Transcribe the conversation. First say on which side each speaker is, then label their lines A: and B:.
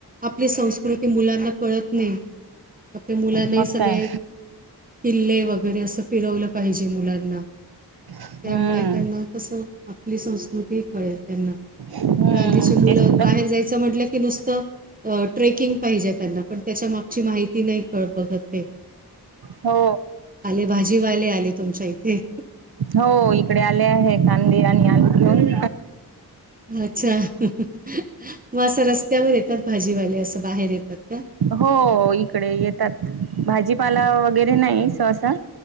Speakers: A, on the right; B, on the right.
A: आपली संस्कृती मुलांना कळत नाही आपले मुलांनाही
B: मग
A: सगळे.
B: काय
A: किल्ले वगैरे असं फिरवलं पाहिजे मुलांना
B: हम्म
A: त्यामुळे त्यांना. कसं आपली संस्कृती कळेल त्यांना.
B: हम्म
A: पण हल्लीची मुलं
B: तेच
A: बाहेर
B: तर
A: जायचं म्हटलं की नुसतं. ट्रेकिंग पाहिजे त्यांना, पण त्याच्या मागची माहिती नाही बघत ते.
B: हो
A: आले भाजीवाले आले तुमच्या इथे.
B: हो इकडे आले आहे, खांदे आणि आलू घेऊन.
A: अच्छा मग असं रस्त्यावर येतात भाजीवाले, असं बाहेर येतात का?
B: हो इकडे येतात, भाजीपाला वगैरे नाही सहसा.